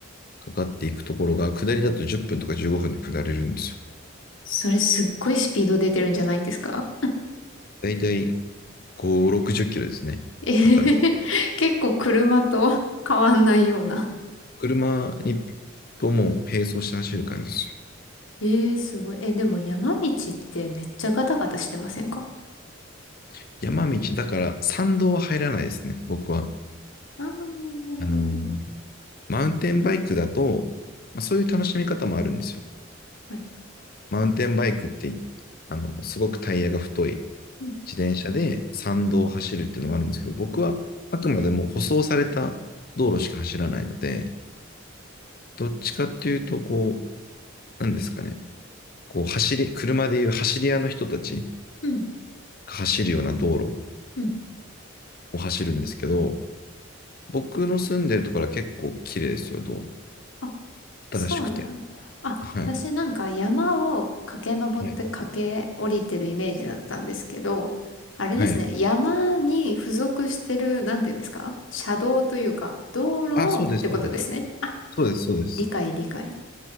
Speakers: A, on the left; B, on the left.
A: かかっていくところが、下りだと10分とか15分で下れるんですよ。
B: それすっごいスピード出てるんじゃないんですか
A: だいたい5、60キロですね。
B: ええ
A: 測る。
B: <laughs> 結構車と変わんないような。
A: 車にとも並走して走る感じです
B: ええすごい。え、でも山道ってめっちゃガタガタしてませんか
A: よ。山道、だから山道は入らないですね、僕は。
B: ああー、
A: あのーマウンテンバイクだと、まあそういう楽しみ方もあるんですよ。
B: はい。
A: マウンテンバイクって、あの、すごくタイヤが太い
B: うん、
A: 自転車で山道を走るっていうのもあるんですけど、僕はあくまでも舗装された道路しか走らないので、どっちかっていうと、こなんですかね、こう走り、車でいう走り屋の人たち
B: うん、
A: が走るような道路
B: うん。
A: を走るんですけど、僕の住んでるところは結構綺麗ですよ、道路。
B: あ、そうなんだ。
A: 新しくて。
B: あ、
A: はい。
B: 私なんか山を駆け上って駆け降りてるイメージだったんですけど、
A: はい。
B: あれですね。
A: はい。
B: 山に付属してる、なんていうんですか車道というか、道路をってことですね。
A: あ、そうです、そうです。
B: あ、
A: そうです、そうです。
B: 理解、理解。